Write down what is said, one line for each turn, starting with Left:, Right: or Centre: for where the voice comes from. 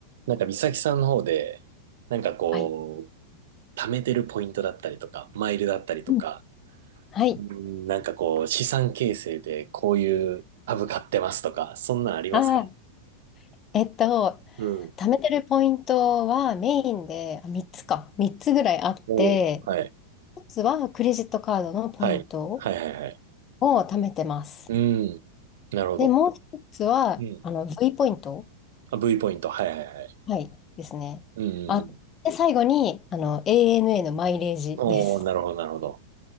Right: なんか美咲さんの方で、なんかこう、
Left: はい。
Right: 貯めてるポイントだったりとか、マイルだったりとか、
Left: うんはい。
Right: うん、なんかこう、資産形成でこういう株買ってますとか、そんなんありますか
Left: あー、えっと、
Right: うん。
Left: 貯めてるポイントはメインであ3つか、3つぐらいあって、
Right: おうはい。
Left: 1つはクレジットカードのポイント
Right: はい。はいはいはい。
Left: を貯めてます。
Right: うん。なるほど。
Left: で、もう1つはあの
Right: うん。
Left: V ポイント、
Right: あ、V ポイント。はいはいはい。
Left: はい、ですね。
Right: うんうんうん。
Left: あ、で、最後にあの ANA のマイレージです。
Right: おおなるほどなるほど。